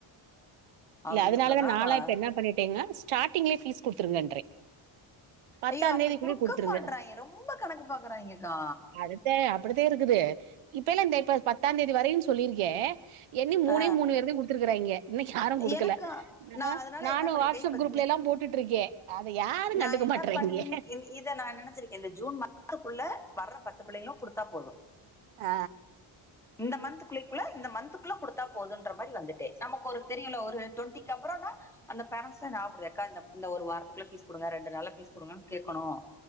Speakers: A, in the centre; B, on the right.
A: அப்டின்ன
B: இல்ல அதுனாலதா
A: பிறகுதா
B: நா லா இப்ப என்னா பண்ணிட்டீங்க ஸ்டார்டிங்லே ஃபீஸ் குட் துருங்கன்றே பத்தாங்
A: ஐயோ அப்டி
B: தேதிக்குள்ளே
A: குடுக்க
B: குடுத்துருங்க
A: மாட்றாய்ங்க ரொம்ப கணக்கு பாக்குறாய்ங்கக்கா
B: அதுத்தே அப்புடித்தே இருக்குது டே இப்ப எல்லா இந்த இப்ப பத்தாந் தேதி வரையும் சொல்லிருக்கே என்னி மூணே
A: ஆ
B: மூணு பேருதயும் குடுத்துருக்குறாயிங்க இன்னைக்கு யாரும் குடுக்கல
A: எனக்கு
B: ந
A: நா அதனால
B: நானும்
A: என்ன பண்ணிட்டே
B: வாட்ஸ்அப்
A: இப்ப
B: குரூப்ல எல்லாம் போட்டுட்ருக்கே அத யாரு
A: நா
B: கண்டுக்க
A: என்ன
B: மாட்றாய்ங்க
A: பண் இன் இத நான் நெனைச்சிருக்கேன் இந்த ஜூன் மாசத்துக்குள்ள வர்ற பத்து பிள்ளைகளும் குடுத்தா போதும்
B: ஆ
A: இந்த மந்து குள்ளே குள்ள இந்த மந்து குள்ள குடுத்தா போதுன்ற மாரி வந்துடே நமக்கு ஒரு தெரியுல்ல ஒரு டொண்டிக்கப் அப்புறோன்னா அந்த பேரண்ட்ஸ்ட ஞாப்படுது எக்கா இந்தப் இந்த ஒரு வாரத்துக்குள்ள ஃபீஸ் குடுங்க ரெண்டு நாள்ல ஃபீஸ் குடுங்க கேக்கணும்